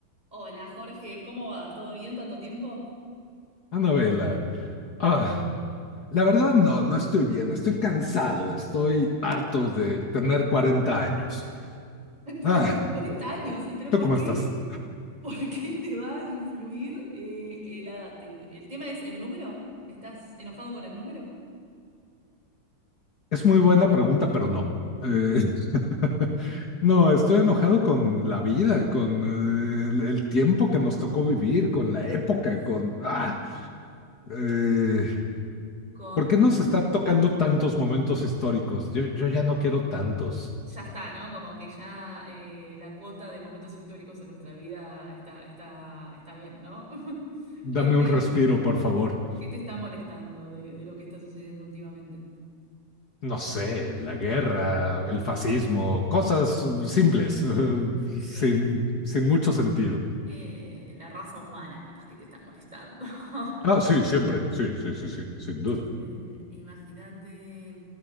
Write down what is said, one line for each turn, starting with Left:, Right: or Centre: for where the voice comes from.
Right: Hola Jorge, ¿cómo va? ¿Todo bien? ¿Tanto tiempo?
Left: Anabela, ah, la verdad no, no estoy bien, estoy cansado, estoy harto de tener 40 años.
Right: <laughs>
Left: Ah,
Right: Tenés 40 años, ¿y pero
Left: ¿tú
Right: por
Left: cómo
Right: qué,
Left: estás?
Right: por qué te va a influir eh, eh, la edad? ¿Te- ¿El tema es el número? ¿Estás enojado con el número?
Left: Es muy buena pregunta, pero no. Eh, <laughs> no, estoy enojado con la vida, con eh, el, el tiempo que nos tocó vivir, con la época, con... Ah, eh,
Right: Con...
Left: ¿por qué nos están tocando tantos momentos históricos? Yo, yo ya no quiero tantos.
Right: Ya está, ¿no? Como que ya eh, la cuota de momentos históricos en nuestra vida está, está, está bien, ¿no? <laughs> ¿Qué
Left: Dame
Right: te,
Left: un respiro, por favor.
Right: qué te está molestando de, de lo que está sucediendo últimamente?
Left: no sé, la guerra, el fascismo, cosas uh, simples, <laughs> uh,
Right: Sí,
Left: sin,
Right: bueno,
Left: sin mucho sentido.
Right: eh, la raza humana capaz que te está molestando. <laughs>
Left: Ah, sí, siempre, sí, sí, sí, sí, sin duda.
Right: Eh, imagínate,